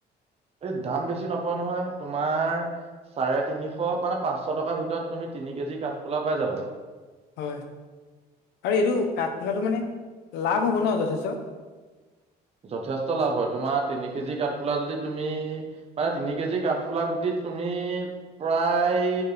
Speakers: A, on the right; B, on the left.
A: এইটো দাম বেছি নপৰে নহয় তোমাৰ চাৰে তিনিশ মানে পাঁচশ টকাৰ ভিতৰত তুমি তিনি কেজি কাঠফুলা পাই যাবা।
B: হয়, আৰু এইটো কাঠফুলাটো মানে লাভ হ'ব ন যথেষ্ট?
A: যথেষ্ট লাভ হয়। তোমাৰ তিনি কেজি কাঠফুলা যদি তুমি মানে তিনি কেজি কাঠফুলা গুটিত তুমি প্ৰায়